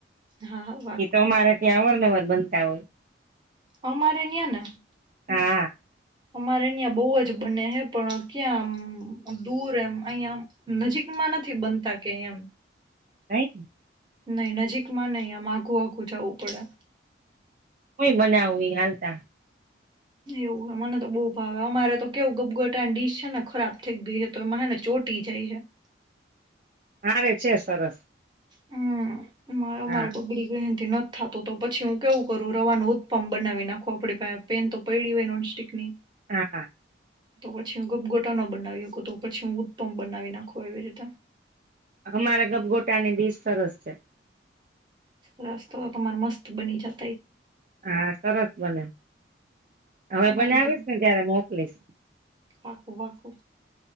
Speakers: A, on the right (about 25°); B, on the right (about 45°).
A: હા હા પાકું
B: એ તો અમારે ત્યાં આવાનું <unintelligible> બનતા હોય
A: અમારે ન્યાને
B: હા
A: અમારે અહીંયા બોવાજ બને હે પણ ક્યાંમ દૂર એમ અહીંયા નજીકમાં નથી બનતા કંઈ એમ
B: <unintelligible>
A: નહી નજીકમાં નહી આમ આઘું આઘું જવું પડે
B: કોઈ બનાવવી હાલતા
A: એવું હ મને તો બહુ ભાવે અમારે તો કેવું ગપગટાની ડીશ છે ને ખરાબ થઈ ગઈ છે તો એમાં છે ને ચોટી જાય છે
B: અરે છે સરસ
A: હમ મારો
B: હા
A: મારો બગડી ગયો નથી થતું તો પછી હું કેવું કરું રવાનું ઉત્પમ બનાવી નાખું આપણી પેન તો પયડી હોય નોનસ્ટિકની
B: હા
A: તો પછી હું ગપગોટા ન <unintelligible> તો પછી હું ઉત્પમપ બનાવી નાખું એવી રીતે
B: અમારા ગભગોટાની ડિશ સરસ છે
A: સરસ તો તમારે મસ્ત બની <unintelligible> છે
B: હા સરસ ભલે હવે
A: વાંધો
B: બનાવીશને
A: નહીં.
B: ત્યારે મોકલીસ.
A: પાકું પાકું